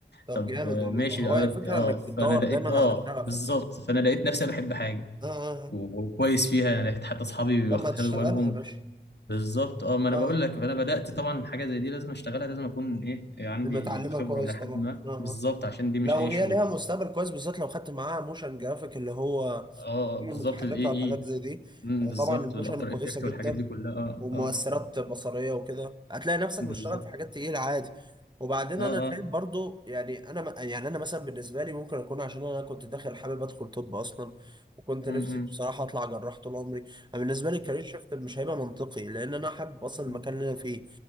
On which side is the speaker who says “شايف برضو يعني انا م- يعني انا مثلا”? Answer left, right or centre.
Right